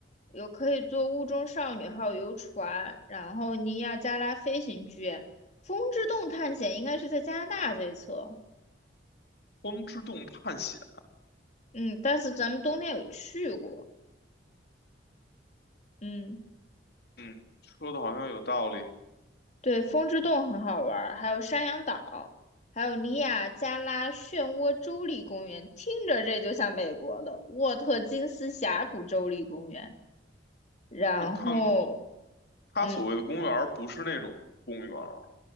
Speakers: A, on the left (about 40°); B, on the left (about 55°).
A: 有可以坐雾中少女号游船，然后尼亚加拉飞行圈，风之洞探险应该是在加拿大这一侧，
B: 光之洞探险？
A: 嗯，但是咱们冬天有去过，嗯，
B: 嗯，说的好像有道理。
A: 对，风之洞很好玩儿，还有山羊岛，还有尼亚加拉漩涡州立公园，听着这就像美国的沃特金斯峡谷州立公园，然后。
B: 就看他所谓的公园儿，
A: 嗯，
B: 不是那种公园儿，